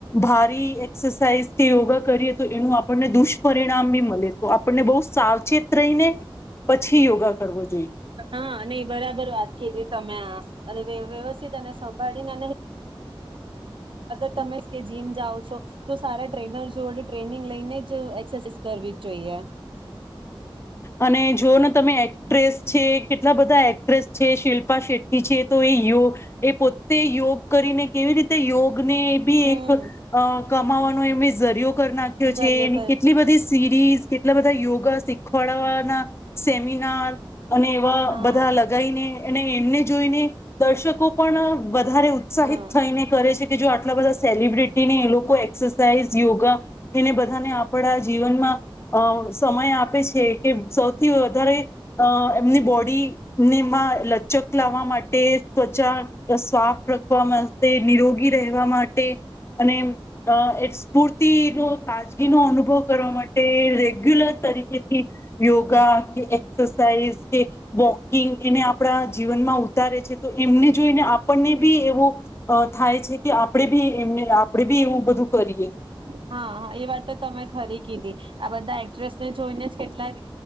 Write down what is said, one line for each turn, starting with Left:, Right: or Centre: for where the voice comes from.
Left: ભારી એક્સરસાઇઝ કે યોગા કરીએ તો એનું આપણને દુષ્પરિણામ બી મલે, તો આપણને બહું સાવચેત રહીને પછી યોગા કરવો જોઈએ
Right: હા નહી. બરાબર વાત કીધી તમે આ. અને વ્ય વ્યવસ્થિત અને સંભાળી નહી અગર તમેસ કે જીમ જાઓ છો તો સારા ટ્રેનર જોડે ટ્રેનિંગ લઈને જ એક્સરસાઇઝ કરવી જ જોઈએ.
Left: અને જોઓ ને તમે એક્ટ્રેસ છે, કેટલા બધા એક્ટ્રેસ છે, શિલ્પા શેટ્ટ ટી છે તો એ યોગ એ પોતે યોગ કરીને કેવી રીતે યોગ ને ભી
Right: હમ
Left: એક અહ કમાવાનો એમને ઝરીયો કર નાખ્યો
Right: જરીયો
Left: છે, એની
Right: કરી
Left: કેટલી
Right: દીધો
Left: બધી સીરીઝ એટલા બધા યોગા સીખ પળવા ના સેમિનાાર અને એવા
Right: હા
Left: બધા લગાઈને અને એમને જોઈને દર્શકો પણ વધારે ઉત્સાહિત
Right: હા
Left: થઈને કરે છે.. કે જો આટલા બધા સેલિબ્રિટીને એ લોકો એક્સરસાાઈઝ, યોગા એને બધાને આપણા જીવનમાં અહ સમય આપે છે. છે કે સૌથી વધારે અહ એમની બોડીને એમાં લચક લાવવા માટે, ત્વચા સ્વાફ રાખવા માટે, નિરોગી રહેવા, માટે અને એક સ્ફૂર્તિનો તાજગીનો અનુભવ કરવા માટે ટે રેગ્યુલર તરીકે થી યોગા કે એક્સરસાઈઝ કે વોકિંગ એને આપણા જીવનમાં ઉતારે છે. તો એમને જોઈને આપણને બી એવો થાય છે કે આપણે બી એમને આપણેે બી એવું બધું કરીએ.
Right: હા, હા એ વાત તો તમે ખરી કીધી. આ બધા એક્ટ્રેસને જોઈને જ કેટલાક